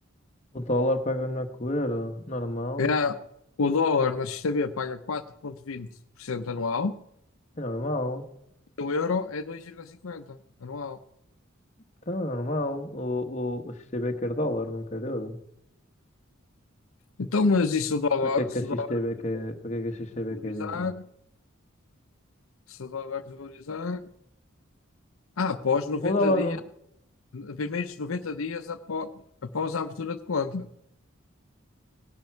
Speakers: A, on the left (about 35°); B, on the left (about 80°).
A: O dólar paga melhor que o euro. Normal.
B: É, o dólar na X T B paga quatro vírgula vinte por cento anual
A: É normal.
B: e o euro é 2,50% anual.
A: Então é normal. O, o, o XTB quer dólar, não quer euro.
B: Então, mas e se o dólar,
A: Para que é
B: se
A: que
B: o dólar
A: a XTB quer, para que é que a XTB
B: valorizar?
A: quer euro?
B: se o dólar desvalorizar. Ah, após 90
A: O dólar
B: dias,
A: não,
B: primeiros 90 dias após, após a abertura de conta.